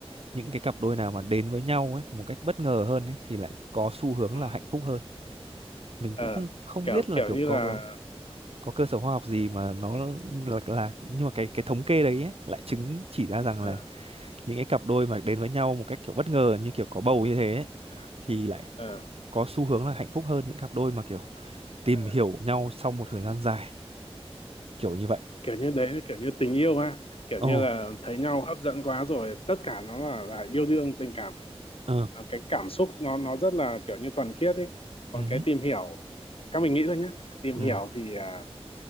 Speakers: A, on the right; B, on the left.
A: những cái cặp đôi nào mà đến với nhau ấy một cách bất ngờ hơn ấy thì lại có xu hướng
B: ừ.
A: là hạnh phúc hơn. Mình
B: Ờ,
A: cũng không không
B: kiểu
A: biết là
B: kiểu
A: kiểu
B: như
A: có
B: là
A: có cơ sở khoa học gì mà nó là, là nhưng mà cái cái thống kê đấy ấy, lại chứng chỉ ra rằng
B: ờ,
A: là những cái cặp đôi mà đến với nhau một cách kiểu bất ngờ như kiểu có bầu như thế ấy,
B: ờ,
A: thì lại
B: ờ.
A: có xu hướng là hạnh phúc hơn những cặp đôi mà kiểu tìm
B: ờ.
A: hiểu nhau sau một thời gian dài kiểu như vậy
B: kiểu như đấy là kiểu như tình yêu ha kiểu
A: ồ
B: như là thấy nhau hấp dẫn quá rồi tất cả nó là là yêu đương tình cảm
A: ờ
B: à, cái cảm xúc nó nó rất là kiểu như thuần khiết ấy còn
A: ừ
B: cái tìm hiểu theo mình nghĩ thôi nhé tìm
A: ừ
B: hiểu thì à,